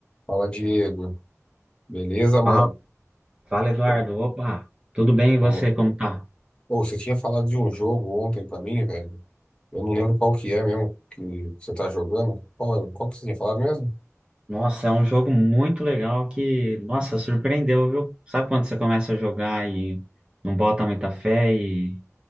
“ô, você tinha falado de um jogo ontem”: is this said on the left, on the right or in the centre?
Left